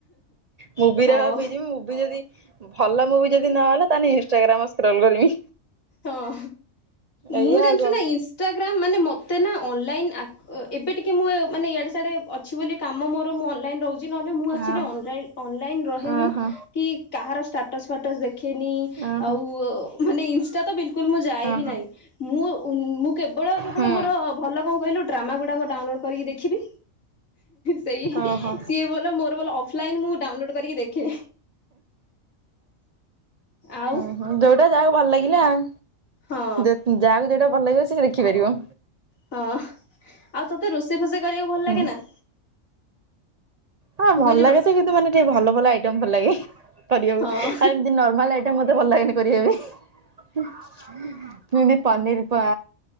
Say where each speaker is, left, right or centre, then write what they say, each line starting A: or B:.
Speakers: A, on the right (about 65°); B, on the left (about 75°).
A: ମୁଭି
B: ହଁ।
A: ର ପିଇ ଯିବି ମୁଭି ଯଦି ଭଲ ମୁଭି ଯଦି ନହଲା ତାହେଲେ ଇନଷ୍ଟାଗ୍ରାମ ସ୍କ୍ରଲ କରିବି।
B: ହଁ
A: ଏଇଆ
B: ମୁଁ ଜାଣିଛୁ
A: ଆଉ କଣ
B: ନା ଇନଷ୍ଟାଗ୍ରାମ ମାନେ ମତେ ନା ଅନଲାଇନ ଆ ଏବେ ଟିକେ ମୁଁ ମାନେ ଇଆଡେ ସିଆଡେ ଅଛି ବୋଲି କାମ ମୋର ମୁଁ ଅନଲାଇନ ରହୁଛି ଜି ମୁଁ ଆକଚୁଆଲି
A: ହଁ
B: ଅନ ଅନଲାଇନ୍ ରହେନି
A: ଓହୋ
B: କି କାହାର ଷ୍ଟାଟସ୍ ଫାଟସ୍ ଦେଖ ଦେଖେନି
A: ଓହୋ।
B: ଆଉ ମାନେ ଇନଷ୍ଟା ତ ବିଲକୁଲ ବିଲକୁଲ ମୁଁ ଯାଏ
A: ହଁ
B: ବି
A: ହଁ
B: ନାହିଁ ମୁଁ ମୁଁ କେବଳ କେବଳ
A: ହୁଁ
B: ମୋର ଭଲ କଣ କହିଲୁ ଡ୍ରାମା ଗୁଡ଼ାକ ଡାଉନଲୋଡ କରିକି ଦେଖିବି। ସେଇ
A: ଓହୋ
B: ସିଏ ଭଲ ମୋର ଭଲ ଅଫଲାଇନ ମୁଁ ଡାଉନଲୋଡ କରିକି ଦେଖେ। ଆଉ
A: ହୁଁ ହଁ ଯୋଉଟା ଯାହାକୁ ଭଲ ଲାଗିଲା ଆଉ
B: ହଁ
A: ଯାହାକୁ ଯୋଉଟା ଭଲ ଲାଗିବ। ସେଇଟା ଦେଖି ପାରିବ।
B: ହଁ ଆଉ ତୋତେ ରୋଷେଇ ଫୋସେଇ କରିବାକୁ ଭଲ
A: ଆଉ।
B: ଲାଗେ ନା?
A: ହଁ
B: ମୁଁ
A: ଭଲ
B: କହିଲି
A: ଲାଗେ
B: ରୋଷେଇ
A: ତ କିନ୍ତୁ ମାନେ ଟିକେ ଭଲ ଭଲ ଆଇଟମ ଭଲ ଲାଗେ। କରିବାକୁ
B: ହଁ
A: ଆଉ ଏମିତି ନର୍ମାଲ ଆଇଟମ୍ ମତେ ଭଲ ଲାଗେନି କରିବା ପାଇଁ। ମୁଁ ଏମିତି ପନିର ପା